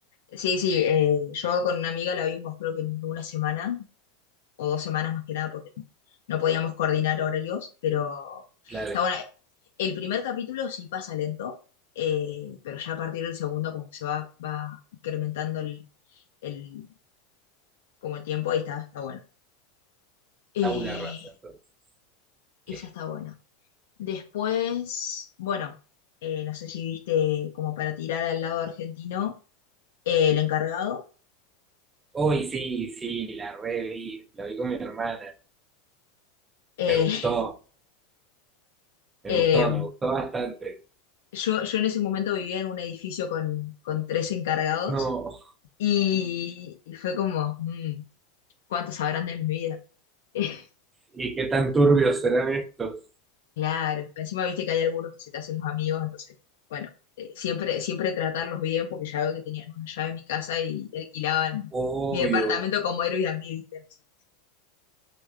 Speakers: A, on the left; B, on the right.
A: Sí, sí, eh, yo con una amiga la vimos creo que en una semana o dos semanas más que nada, porque no podíamos coordinar horarios, pero
B: Claro,
A: está bueno. El primer capítulo sí pasa lento, eh, pero ya a partir del segundo como que se va, va incrementando el, el, como el tiempo y está, está bueno. Eh,
B: tabula rasa, entonces. Ok.
A: esa está buena. Después, bueno, eh, no sé si viste como para tirar al lado argentino, eh, el encargado.
B: Hoy sí, sí, la reví, la vi con mi hermana.
A: Eh,
B: Me gustó, me
A: <laughs>
B: gustó,
A: eh,
B: me gustó bastante.
A: yo, yo en ese momento vivía en un edificio con, con tres encargados
B: No,
A: Y, y fue como, mm, ¿cuántos sabrán de mi vida? <laughs>
B: ¿y qué tan turbios serán estos?
A: Claro, encima viste que hay algunos que se te hacen los amigos, entonces, bueno, eh, siempre, siempre tratarlos bien porque ya veo que tenían una llave en mi casa y alquilaban
B: Obvio,
A: mi departamento como Airbnb, ¿viste? No sé.